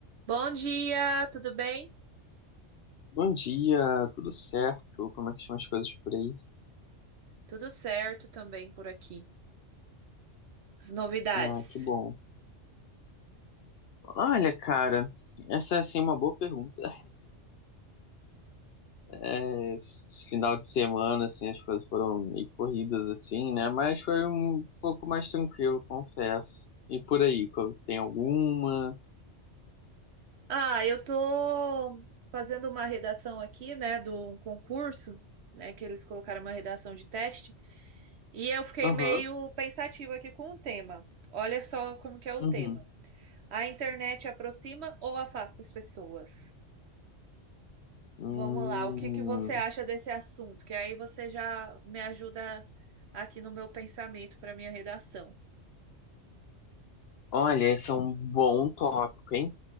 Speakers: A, on the right; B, on the left.
A: Bom dia, tudo bem?
B: Bom dia, tudo certo? Como é que estão as coisas por aí?
A: Tudo certo também por aqui. As novidades.
B: Ah, que bom. Olha, cara, essa é assim uma boa pergunta. É, esse final de semana, assim, as coisas foram meio corridas, assim, né? Mas foi um pouco mais tranquilo, confesso. E por aí, qual- tem alguma?
A: Ah, eu tô fazendo uma redação aqui, né, do um concurso, né, que eles colocaram uma redação de teste, e eu fiquei
B: Aham,
A: meio pensativa aqui com o tema. Olha só como que é o
B: uhum.
A: tema. A internet aproxima ou afasta as pessoas?
B: Hum,
A: Vamos lá, o que que você acha desse assunto? Que aí você já me ajuda aqui no meu pensamento para minha redação.
B: olha, esse é um bom tópico, hein?